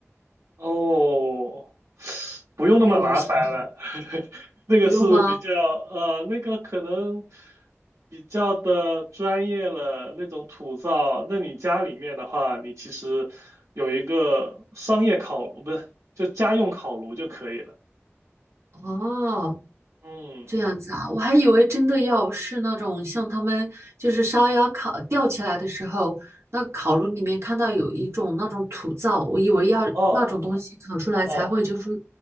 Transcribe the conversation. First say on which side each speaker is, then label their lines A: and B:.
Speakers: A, on the right (about 85°); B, on the right (about 65°).
A: 哦，不用那么麻烦了，
B: 你有没有想到？
A: <laughs> 那个是比较呃，
B: 不用吗？
A: 那个可能比较的专业了，那种土灶。那你家里面的话，你其实有一个商业烤，不是，就家用烤炉就可以了。
B: 哦，
A: 嗯，
B: 这样子啊，我还以为真的要是那种像他们就是烧鸭烤吊起来的时候，那烤炉里面看到有一种那种土灶，我以为要那种东西烤出来才会就是
A: 哦哦，